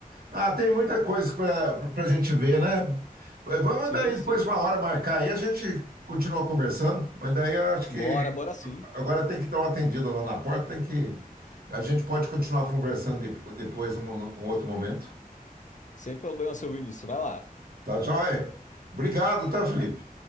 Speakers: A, on the right; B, on the left.
A: Ah, tem muita coisa para a gente ver, né? Vamos
B: Sim,
A: daí depois
B: sim.
A: uma hora marcar aí, a gente continua conversando, mas daí eu acho que
B: Bora, bora sim.
A: agora tem que dar uma atendida lá na porta, tem que. A gente pode continuar conversando depo- depois, num, num outro momento.
B: Sem problema, seu Vinícius. Vai lá.
A: Tá joia? Obrigado, tá,
B: Não,
A: Felipe?